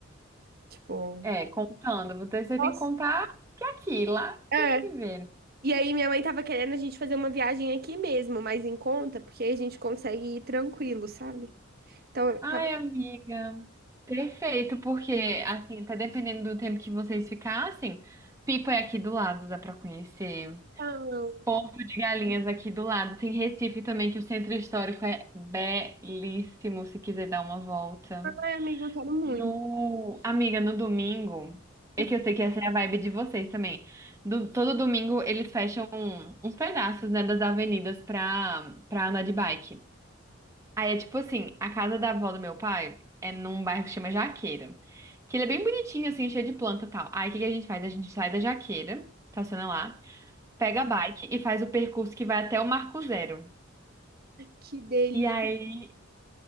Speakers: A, on the right; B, on the right.
A: tipo.
B: É, contando, você, você
A: Nossa.
B: tem que contar que é aqui, lá
A: É.
B: tem que viver,
A: E aí minha mãe tava querendo a gente fazer uma viagem aqui mesmo, mais em conta, porque aí a gente consegue ir tranquilo, sabe? Então, eu
B: Ai,
A: tava.
B: amiga, perfeito, porque assim, tá dependendo do tempo que vocês ficassem, Pipa é aqui do lado, dá pra conhecer.
A: "Não,
B: Porto de Galinhas aqui do lado. Tem Recife também, que o centro histórico é belíssimo, se quiser dar uma volta.
A: Ai, amiga, eu quero muito.
B: No... Amiga, no domingo, é
A: Eu
B: que
A: quero-
B: eu sei que essa é a vibe de vocês também. Do- todo domingo eles fecham um, uns pedaços, né, das avenidas pra, pra andar de bike. Aí é tipo assim, a casa da avó do meu pai é num bairro que chama Jaqueira. Que ele é bem bonitinho, assim, cheio de planta e tal. Aí o que que a gente faz? A gente sai da Jaqueira, estaciona lá, pega a bike e faz o percurso que vai até o Marco Zero.
A: Que delícia.
B: E aí